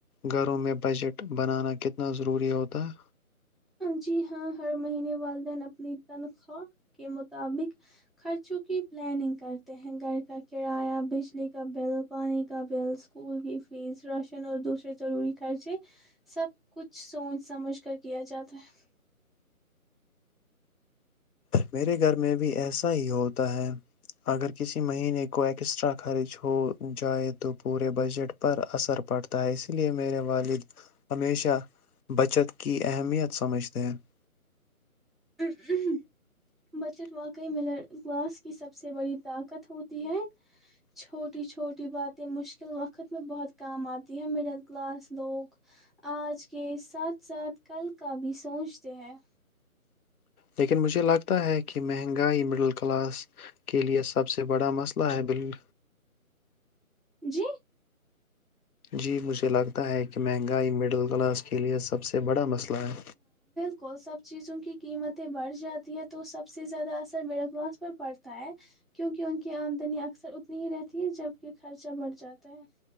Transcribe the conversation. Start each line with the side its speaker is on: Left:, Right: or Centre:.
Left: گھروں میں بجٹ بنانا کتنا ضروری ہوتا ہے
Centre: جی ہاں ہر مہینے والدین اپنی تنخواہ کے مطابق خرچوں کی پلاننگ کرتے ہیں گھر کا کرایہ بجلی کا بل پانی کا بل اسکول کی فیس راشن اور دوسرے ضروری خرچے سب کچھ سوچ سمجھ کر کیا جاتا <unintelligible> تر <unintelligible>
Left: میرے گھر میں بھی ایسا ہی ہوتا ہے اگر کسی مہینے کو ایکسٹرا خرچ ہو جائے تو پورے بجٹ پر اثر پڑتا ہے اسی لیے میرے والد ہمیشہ بچت کی اہمیت سمجھتے ہیں <unintelligible>
Centre: ا ا <unintelligible> بچت واقعی ملے گاس کی سب سے <unintelligible> سے بڑی طاقت ہوتی ہے چھوٹی چھوٹی بات مشکل وقت میں بہت کام آتی ہے مڈل کلاس لوگ آج کے ساتھ ساتھ کل کا بھی سوچتے ہیں
Left: لیکن مجھے لگتا ہے کہ مہنگائی مڈل کلاس کےلئے سب سے بڑا مسئلہ ہے بالل
Centre: جی
Left: جی مجھے لگتا ہے کہ مہنگائی مڈل کلاس کے لئے سب سے یہ بڑا مسئلہ ہے
Centre: کو سب چیزوں کی قیمتیں بڑھ جاتی ہے تو سب سے زیادہ اثر میرے کلاس پر پڑتا ہے کیونکہ ان کی آمدنی اکثر اتنی ہی رہتی ہے جب کہ خرچہ بڑھ جاتا ہے